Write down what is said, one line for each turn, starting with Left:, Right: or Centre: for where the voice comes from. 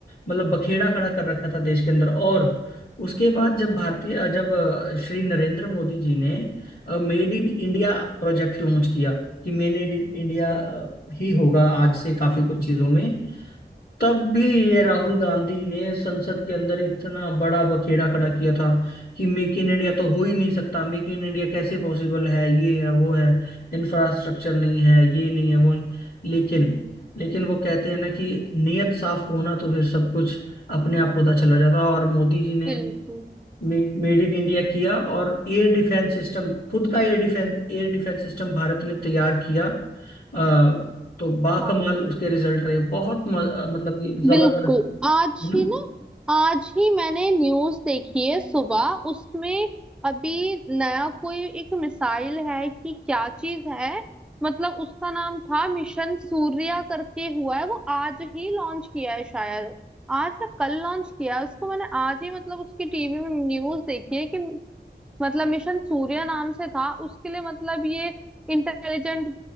Left: मतलब बखेड़ा खड़ा कर रखा था देश के अंदर और उसके बाद जब भारतीय अ, जब अ, श्री नरेंद्र मोदी जी ने made in India project launch किया कि मेड इन इंडिया ही होगा आज से काफी कुछ चीजों में तब भी ये राहुल गांधी ने संसद के अंदर इतना बड़ा बखेड़ा खड़ा किया था कि मेक इन इंडिया तो हो ही नहीं सकता मेक इन इंडिया कैसे पॉसिबल है ये है वो है इंफ्रास्ट्रक्चर नहीं है ये नहीं है वो नहीं। लेकिन लेकिन वो कहते हैं ना कि नियत साफ होना तो फिर सब कुछ अपने आप होता चला जाता और मोदी जी ने
Centre: बिल्कुल
Left: मेड इन इंडिया किया और एयर डिफेंस सिस्टम खुद का एयर डिफेंस एयर डिफेंस सिस्टम भारत ने तैयार किया आ, तो बाकमाल
Centre: हाँ
Left: उसके रिजल्ट रहे बहुत म, अ, मतलब कि जबरदस्त
Centre: बिल्कुल आज
Left: है ना
Centre: ही ना आज ही मैंने न्यूज देखी है सुबह उसमें अभी नया कोई एक मिसाइल है कि क्या चीज है मतलब उसका नाम था मिशन सूर्या करके हुआ है वो आज ही लॉन्च किया है शायद आज या कल लॉन्च किया है उसको मैंने आज ही मतलब उसकी टीवी में न्यूज देखी है कि मतलब मिशन सूर्य नाम से था उसके लिए मतलब ये इंटेलिजेंट